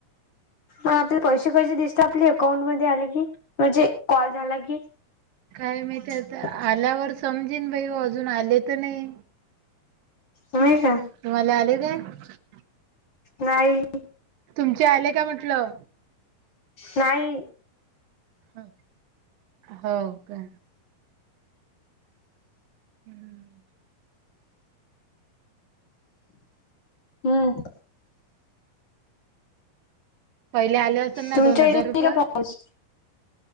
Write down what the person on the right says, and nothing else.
काय माहिती
आता आल्यावर समजेन बाई अजून आले तर नाय
तुम्हाला आले काय? <inaudible>
तुमचे आले का म्हटलं?
हो हो काय? हम्म..
ते आल असल ना
दोन
हजार
रुपये